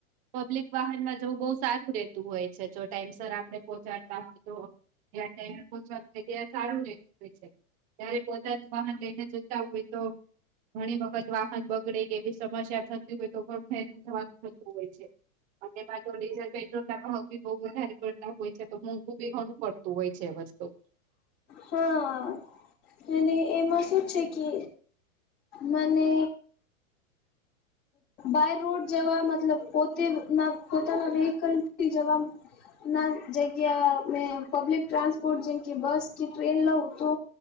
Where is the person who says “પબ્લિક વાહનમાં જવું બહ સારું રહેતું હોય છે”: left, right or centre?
Right